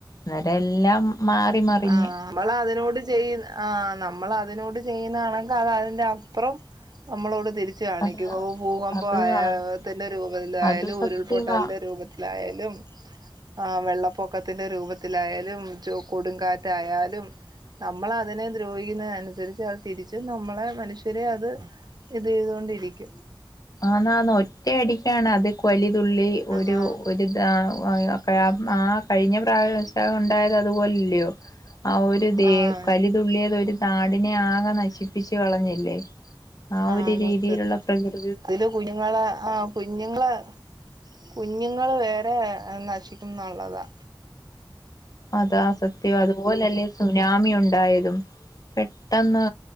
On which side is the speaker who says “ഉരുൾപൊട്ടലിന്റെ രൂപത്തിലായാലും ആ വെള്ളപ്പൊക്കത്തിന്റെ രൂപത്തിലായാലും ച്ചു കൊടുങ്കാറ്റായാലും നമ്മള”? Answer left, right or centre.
Right